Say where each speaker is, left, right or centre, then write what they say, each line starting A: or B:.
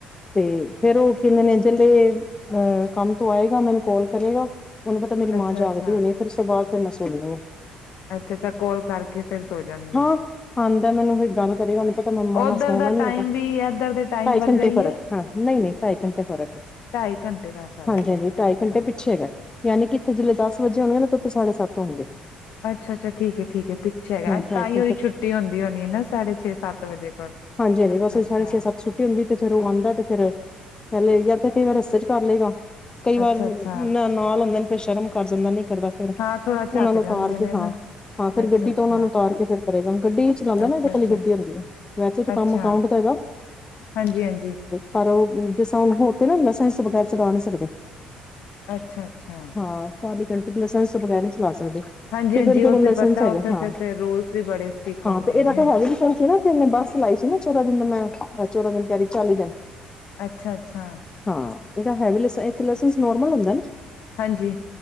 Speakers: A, on the left; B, on the left.
A: ਤੇ ਫੇਰ ਉਹ ਕੈਂਦੇ ਨੇ ਜੇ ਅਹ ਕੰਮ ਤੋਂ ਆਏਗਾ ਮੈਨੂੰ ਕਾਲ ਕਰੇਗਾ। ਉਹਨੂੰ ਪਤਾ ਮੇਰੀ
B: ਅੱਛਾ
A: ਮਾਂ ਜਾਗਦੀ
B: ਅੱਛਾ
A: ਹੋਣੀ ਆ ਫਿਰ ਸਵਾਲ ਫਿਰ ਮੈਂ ਸੋਨੀ ਆ
B: ਅੱਛਾ-ਅੱਛਾ ਕੋਲ ਕਰਕੇ ਫੇਰ ਸੋ ਜਾਂਦੇ
A: ਹਾਂ
B: ਹੋ।
A: ਆਂਦਾ ਹੈ ਮੈਨੂੰ ਉਹੀ ਗੱਲ ਕਰੀ। ਤੇ ਮੰਮਾ ਨਾ
B: ਉੱਧਰ
A: ਸੋਨਾ
B: ਦਾ
A: ਨੀ
B: ਟਾਈਮ
A: ਹੈਗਾ,
B: ਵੀ ਇੱਧਰ ਦੇ ਟਾਈਮ
A: ਢਾਈ
B: ਵਰਗਾ
A: ਘੰਟੇ
B: ਹੀ
A: ਫਰਕ
B: ਏ
A: ਹਾਂ, ਨ‌ਈਂ-ਨ‌ਈਂ ਢਾਈ ਘੰਟੇ ਫਰਕ
B: ਢਾਈ ਘੰਟੇ ਦਾ ਫ਼ਰਕ
A: ਹਾਂਜੀ ਹਾਂਜੀ
B: ਹੈ ਅੱਛਾ-ਅੱਛਾ।
A: ਢਾਈ ਘੰਟੇ ਛੇ ਹੈਗਾ ਯਾਨੀ ਕਿ ਇੱਥੇ ਜੇ ਦਸ ਵਜੇ ਹੋਣਗੇ ਨਾ ਤਾਂ ਉੱਥੇ ਸਾਡੇ ਸੱਤ ਹੋਣਗੇ
B: ਅੱਛਾ ਅੱਛਾ ਠੀਕ ਹੈ ਠੀਕ ਪਿੱਛੇ ਹੈਗਾ
A: ਹਾਂਜੀ
B: ਅੱਜ ਤਾਂ ਹੀ ਉਹਦੀ ਛੁੱਟੀ ਹੁੰਦੀ ਹੋਣੀ ਹੈ ਨਾ ਸਾਢੇ ਛੇ ਸੱਤ ਵਜੇ ਕੋਲ।
A: ਹਾਂਜੀ-ਹਾਂਜੀ
B: ਅੱਛਾ-ਅੱਛਾ,
A: ਬਸ ਸਾਡੇ ਛੇ-ਸੱਤ ਟੀ ਹੁੰਦੀ ਤੇ ਫੇਰ ਉਹ ਆਂਦਾ ਤੇ ਫੇਿਰ ਫਹਿਲੇ ਜਦ ਕਈ ਵਾਰ ਰਸਤੇ ਚ ਕਰ ਲਏਗਾ। ਕਈ ਵਾਰ
B: ਅੱਛਾ-ਅੱਛਾ
A: ਨਾਲ ਹੁੰਦੇ ਨੇ ਫਿਰ ਸ਼ਰਮ ਕਰ ਜਾਂਦਾ ਨੀ ਕਰਦਾ। ਫਿਰ
B: ਹਾਂ ਥੋੜਾ
A: ਉਹਨਾ
B: ਝੱਕ
A: ਨੂੰ
B: ਜਾਂਦੇ
A: ਉਤਾਰ
B: ਨੇ
A: ਕੇ
B: ਨਾ
A: ਹਾਂ। ਹਾਂ ਫੇਿਰ
B: ਅੱਛਾ-ਅੱਛਾ,
A: ਗੱਡੀ ਤੋਂ ਉਹਨਾ ਨੂੰ ਉਤਾਰ ਕੇ ਫੇਿਰ ਕਰੇਗਾ ਗੱਡੀ ਚਲਾਂਦਾ
B: ਅੱਛਾ-ਅੱਛਾ,
A: ਨਾ ਇਹਦੇ ਕੋਲੀ ਗੱਡੀ ਹੁੰਦੀ ਹੈ ਵੈਸੇ ਚ ਕ ਕੰਮ
B: ਅੱਛਾ
A: ਅਕਾਊਂਟ ਤਾਂ ਇਹਦਾ <inaudible>
B: ਹਾਂਜੀ-ਹਾਂਜੀ।
A: ਪਰ ਉਹ ਜਿਸ ਤਾਂ ਹੁਣ ਹੋ ਕੇ ਨਾ ਲਾਇਸੈਂਸ ਵਗੈਰ ਚਲਾ ਨਹੀਂ ਸਕਦੇ
B: ਅੱਛਾ-ਅੱਛਾ
A: ਹਾਂ ਟਲੀ ਘੰਟ ਲਾਇਸੈਂਸ ਤੋਂ ਬਗੈਰ ਨਹੀਂ ਚਲਾ ਸਕਦੇ
B: ਹਾਂਜੀ-ਹਾਂਜੀ
A: ਤੇ ਫਿਰ
B: ਉਹ
A: ਲਾਇਸੈਂਸ
B: ਪਤਾ
A: ਹੈਗਾ
B: ਉੱਥੇ
A: ਹਾਂ।
B: ਤੇ ਤੇ ਰੂਲਸ ਵੀ ਬੜੇ ਸਟਿਕ
A: ਹਾਂ,
B: ਹੁੰਦੇ
A: ਤੇ
B: ਨੇ।
A: ਏਦਾ ਤਾਂ ਹੈਗੇ ਵੀ ਸੀ ਨਾ। ਨੇ ਬੱਸ ਲਾਈ ਸੀ ਨਾ ਚੋਦਾਂ ਦਿਨ ਮੈਂ, ਚੋਦਾਂ ਦਿਨ ਕਹਿ ਰਹੀ ਚਾਲੀ ਦਿਨ
B: ਅੱਛਾ ਅੱਛਾ।
A: ਹਾਂ ਇਹਦਾ ਹੈਵੀ ਇੱਕ ਲੈਸੈਂਨਸ ਨੋਰਮਲ ਹੁੰਦਾ ਨਾ
B: ਹਾਂਜੀ।